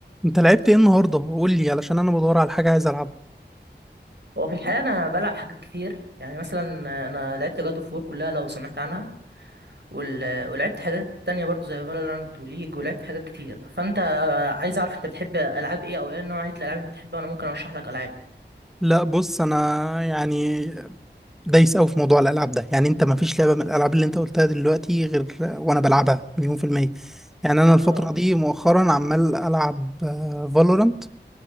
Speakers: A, in the centre; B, on the right.
A: انت لعبت ايه النهارده قول لي علشان انا بدور على حاجه عايز العبها
B: هو في الحقيقة أنا بلعب حاجات كتير يعني مثلا أنا لعبت جاد اوف وور كلها لو سمعت عنها وال... ولعبت حاجات تانية برضو زي فالورانت وليج ولعبت حاجات كتير فأنت عايز أعرف أنت بتحب ألعاب إيه أو إيه نوعية الألعاب اللي أنت بتحبها وأنا ممكن أرشح لك ألعاب
A: لا بص انا يعني دايس قوي في موضوع الالعاب ده يعني انت ما فيش لعبه من الالعاب اللي انت قلتها دلوقتي غير وانا بلعبها مليون في الميه يعني انا الفتره
B: اه
A: دي مؤخرا عمال العب فالورانت